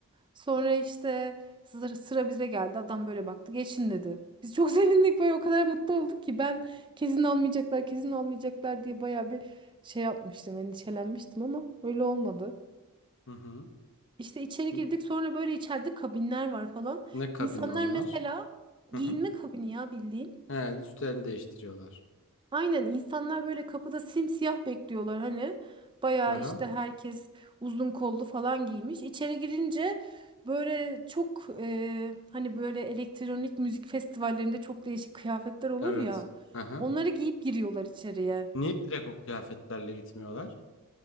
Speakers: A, on the right; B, on the left.
A: Sonra işte sıra, sıra bize geldi. Adam böyle baktı. Geçin dedi. Biz çok <laughs> sevindik böyle o kadar mutlu olduk ki ben kesin almayacaklar, kesin almayacaklar diye bayağı bir şey yapmıştım, endişelenmiştim ama öyle olmadı.
B: Hı hı.
A: İşte içeri
B: N-
A: girdik sonra böyle içeride kabinler var falan.
B: Ne kabini
A: İnsanlar
B: onlar?
A: mesela
B: Hı
A: giyinme
B: hı.
A: kabini ya bildiğin.
B: He, üstlerini değiştiriyorlar.
A: Aynen insanlar böyle kapıda simsiyah bekliyorlar hani. Bayağı
B: Hı hı.
A: işte herkes uzun kollu falan giymiş. İçeri girince böyle çok e, hani böyle elektronik müzik festivallerinde çok değişik kıyafetler olur
B: Evet.
A: ya.
B: Hı hı.
A: Onları giyip giriyorlar içeriye.
B: Niye direkt o kıyafetlerle gitmiyorlar?